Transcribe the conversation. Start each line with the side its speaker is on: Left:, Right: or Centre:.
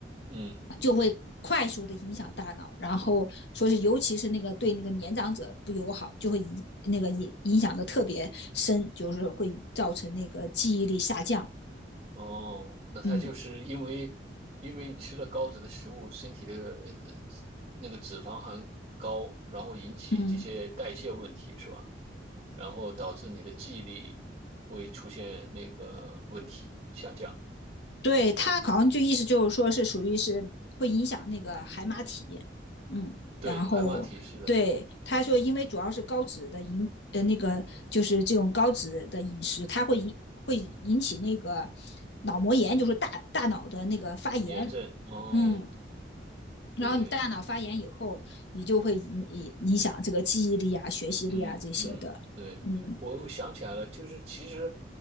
Right: 嗯，
Left: 就会快速的影响大脑，然后说是尤其是那个对那个年长者不友好，就会影那个影影响的特别深，就是会造成那个记忆力下降。
Right: 哦，那他就是因为因为你吃了高脂的食物，
Left: 嗯
Right: 身体的呃呃那个脂肪含高，然后引起这些代谢问题，
Left: 嗯，
Right: 是吧？然后导致你的记忆力会出现那个问题下降。
Left: 对他好像就意思就是说是属于是会影响那个海马体。嗯，
Right: 对，
Left: 然后对他说，
Right: 海马体是的，
Left: 因为主要是高脂的饮呃那个就是这种高脂的饮食，它会引会引起那个脑膜炎，就是大大脑的那个发炎。
Right: 炎症。哦，
Left: 嗯，
Right: 对。
Left: 然后你大脑发炎以后，你就会影影影响这个记忆力啊、学习力啊这些的。
Right: 嗯嗯，对，
Left: 嗯
Right: 我又想起来了，就是其实